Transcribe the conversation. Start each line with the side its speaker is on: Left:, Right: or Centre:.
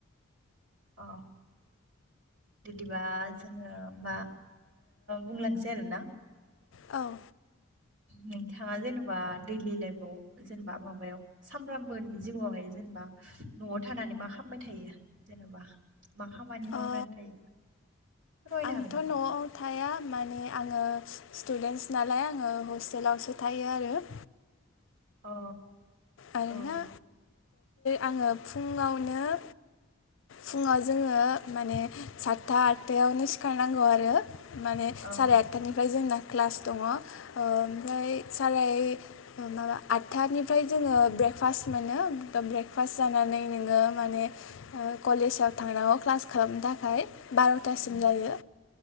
Right: अ बिदिबा जोंङो हबा बुंलांनोसै आरो ना
Left: औ
Right: नोंथांङा जेनेबा दैलि लाइफआव जेनेबा माबायाव सामफ्र्रामबोनि जिउआवहाय जेनेबा न'आव थानानै मा खालामामबाय थायो? जेनेबा मा खामानि मावनानै
Left: ओ
Right: थायो? फोरमायनो
Left: आंथ'
Right: हागोन नामा
Left: न'आव थाया माने आंङो स्टुडेन्टस नालाय आङो हस्टेलावसो थायो आरो
Right: अ
Left: आरोना
Right: औ
Left: आंङो फुंङावनो फुङाव जोंङो माने सातथा आतथायावनो सिखारनांगौ आरो माने
Right: अ
Left: साराय आटथानिफ्राय जोंना क्लास दंङो ओमफ्राय सारे माबा आतथानिफ्राय जोङो ब्रेकफास्ट मोनो ब्रेकफास्ट जानानै नोंङो माने कलेजाव थांनांगौ क्लास खालामनो थाखाय बार'थासिम
Right: उम
Left: जायो